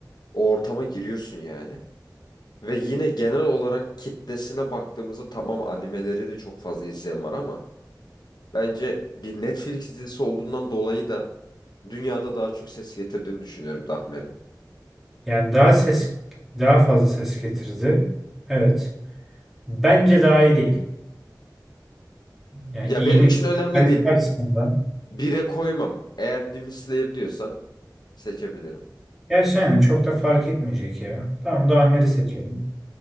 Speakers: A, on the left (about 70°); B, in the centre.
A: O ortama giriyorsun yani. Ve yine genel olarak kitlesine baktığımızda tamam animeleri de çok fazla izleyen var ama bence bir Netflix dizisi olduğundan dolayı da dünyada daha çok ses getirdiğini düşünüyorum Dahmer'in.
B: Yani daha ses daha fazla ses getirdi. Evet. Bence daha iyi değil. Yani
A: Ya
B: iyilik
A: benim için önemli
B: kalite
A: değil.
B: açısından.
A: Bire koymam. Eğer Demon Slayer diyorsan seçebilirim.
B: Gerçi aynen çok da fark etmeyecek ya. Tamam Dahmer'i seçelim.